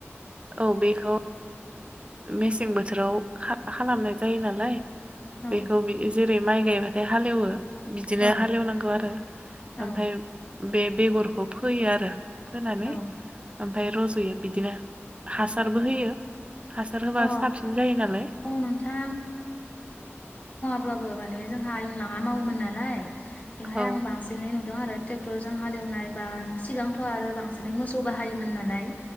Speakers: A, on the right; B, on the left.
A: औ बेखौ मेसें बोथोराव खालामनाय जायो नालाय
B: औ
A: बेखौ बिदि जेरै माइ गायबाथाय हालेवो बिदिनो
B: औ
A: हालेवनांगौ आरो
B: औ
A: ओमफाय बे बेगरखौ फोयो आरो फोनानै
B: औ
A: औ फाय रजयो बिदिनो हासारबो
B: औ
A: होयो हासार होबा
B: अ
A: साबसिन जायो नालाय
B: अ नोंथां ब्लाबो माने जोंहा आयंलाहा मावोमोन नालाय बेवहाय
A: औ
B: आं बांसिनै नुदों आरो ट्रेक्टरजों हालेवनाय बा सिगांथ आरो बांसिनै मोसौ बाहायोमोन नालाय